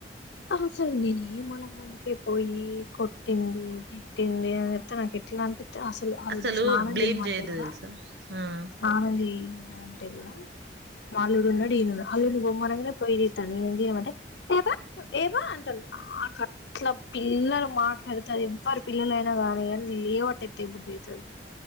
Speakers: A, on the left; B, on the right.
A: అసలు నేనేం నికి పోయి కొట్టింది తిట్టింది అని చెప్తే నాకు ఎట్ల పిత్తే అసలు ఆ రోజు
B: అసలు
A: స్నానం
B: బ్లేమ్
A: చేయమంటే
B: చేయొద్దు
A: కూడా
B: తెలుసా
A: స్నానం చెయ్యిరా అనంటే కూడా మా అల్లుడు ఉన్నడు ఈయనున్నడు అల్లుడిని పొమ్మనంగనే పోయి చేత్తాండు ఈయనను చేయమంటే ఏ పో ఏపో అంటుండు నాకట్ల పిల్లలు మాట్లాడుతే అదెవ్వరి పిల్లలైనా కానీ కనీ లేబట్టి ఎత్తేయబుద్ధయితుది